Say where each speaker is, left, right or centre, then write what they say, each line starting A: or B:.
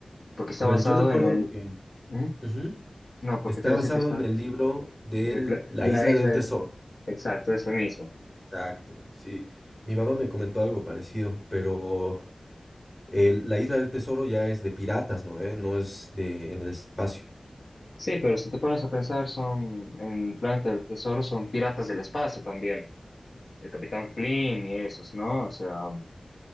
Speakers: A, on the left (about 75°); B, on the left (about 20°).
A: porque está
B: a ver,
A: basado
B: yo recuerdo
A: en el...
B: que...
A: ¿Mm?
B: Ujú.
A: No, porque
B: Está
A: te iba
B: basado
A: a decir que está...
B: en el libro de
A: de pla-
B: La
A: la
B: Isla
A: isla,
B: del Tesoro.
A: eh. exacto, eso mismo.
B: Exacto, sí. Mi mamá me comentó algo parecido, pero el- La Isla del Tesoro ya es de piratas, ¿no? ¿Eh? No es de en el espacio.
A: Sí, pero si te pones a pensar, son en Planeta del Tesoro, son piratas del espacio también. El Capitán Flynn y esos, ¿no? O sea,